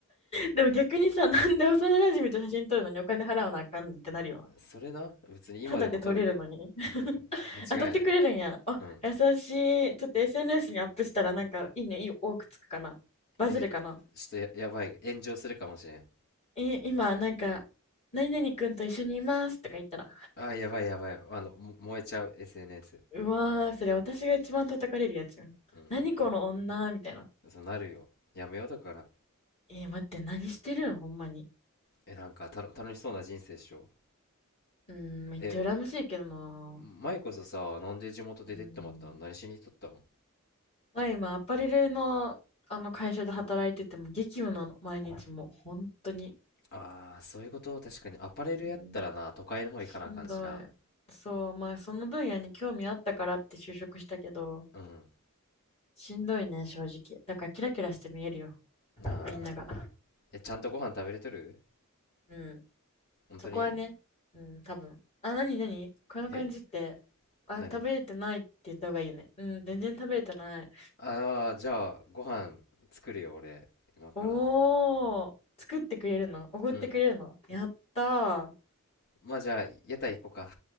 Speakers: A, on the left; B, on the left.
A: でも逆にさ、なんで幼馴染と写真撮るのにお金払わなあかんねんってなるよ
B: そ、それな、別に今でも取るよ。
A: ただで取れるのに。<laughs>
B: うん。間違いない。
A: 当たってくれるんや。あ、
B: うん。
A: 優しい。ちょっと SNS にアップしたらなんかいいね、いい多くつくかな。バズるかな。
B: え、ちょっとや、やばい。炎上するかもしれん。
A: え、今なんか、何々くんと一緒にいますとか言ったら、
B: あ、やばいやばい。あの、も燃えちゃう、SNS。
A: うわー、それ私が一番叩かれるやつやん。
B: うん。
A: 何この女みたいな。
B: そうなるよ。やめようだから。
A: えー待って、何してるのほんまに。
B: え、なんか、たの、楽しそうな人生っしょ。
A: うーん、めっちゃ羨ましいけどな。
B: え、前こそさ、なんで地元で出てってまったの何しに行っとったの
A: うーん。まあ今、アパレルの、あの会社で働いてても激務なの、毎日もう、本当に。
B: ああー、そういうこと、確かに。アパレルやったらな、
A: うん
B: 都会の方行かなあかんしな。
A: しんどい。そう、まあその分野に興味あったからって就職したけど、
B: うん。
A: しんどいね、正直。だからキラキラして見えるよ、
B: なあ。
A: みんなが。
B: え、ちゃんとご飯食べれとる
A: うん。
B: 本当に
A: そこはね、うん、多分。あ、なになにこの感じって、
B: え
A: あ、
B: 何
A: 食べれてないって言った方がいいよね。うん、全然食べれてない。
B: ああー、じゃあ、ご飯作るよ、俺。今から。
A: おー、作ってくれるのおごってくれるのやったー。
B: うん。まあ、じゃあ、屋台行こうか。